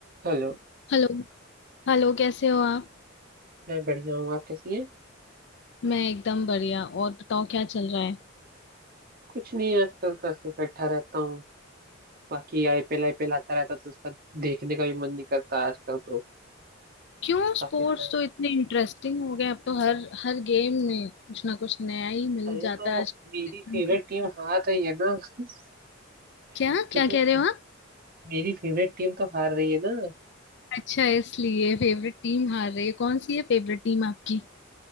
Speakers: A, on the right; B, on the left.
A: Hello
B: Hello Hello कैसे हो आप
A: मैं बढ़िया हूँ आप कैसी हैं
B: मैं एकदम बढ़िया और बताओ क्या चल रहा है
A: कुछ नहीं आजकल तो ऐसे बैठा रहता हूँ बाकी आईपीएल आईपीएल आता रहता तो उसका देखने का भी मन नहीं करता आजकल तो
B: क्यों
A: काफी
B: स्पोर्ट्स
A: ज्यादा
B: तो इतने इंटरेस्टिंग हो गए अब तो हर हर गेम में कुछ ना कुछ नया ही मिल
A: अरे तो
B: जाता है आज
A: मेरी
B: देखने
A: फेवरेट
B: को।
A: टीम हार रही है ना <laughs>
B: क्या
A: तो,
B: क्या
A: तो
B: कह रहे हो आप
A: मेरी फेवरेट टीम तो हार रही है ना
B: अच्छा इसलिए फेवरेट टीम हार रही है कौन सी है फेवरेट टीम आपकी